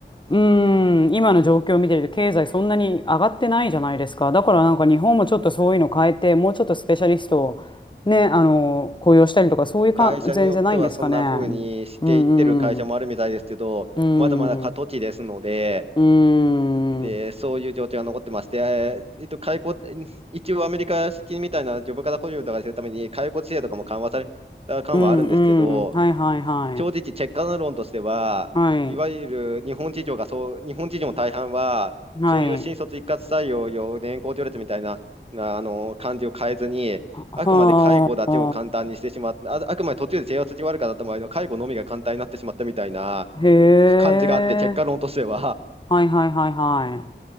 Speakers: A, on the left; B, on the right.
A: うーん、今の状況を見てると、経済そんなに上がってないじゃないですか。だからなんか日本もちょっとそういうの変えて、もうちょっとスペシャリストをね、あの、雇用したりとか、そういうか、
B: 会社によってはそんな風にしていってる会社もあるみたいですけど、
A: 全然ないんですかね。うん、うん、うん、
B: まだまだ過渡期ですので、
A: うん、
B: で、そういう状況が残ってまして、えーえっと、解雇、<laughs> 一応アメリカ式みたいなジョブ型雇用とかするために、解雇規制とかも緩和された感はあるんですけど、
A: うん、うん、はいはいはい。
B: 正直、結果論としては、
A: はい、
B: いわゆる日本企業がそう、日本企業の大半は、
A: はい。
B: そういう新卒一括採用、用年功序列みたいな、なあの、感じを変えずに、
A: は
B: あくまで解雇だけを簡単にしてしまった、あ、あくまで途中で制圧が悪かった場合の解雇のみが簡単になってしまったみたいな
A: あ、へえ、
B: 感じがあって、結果論としては。
A: はいはいはいはい。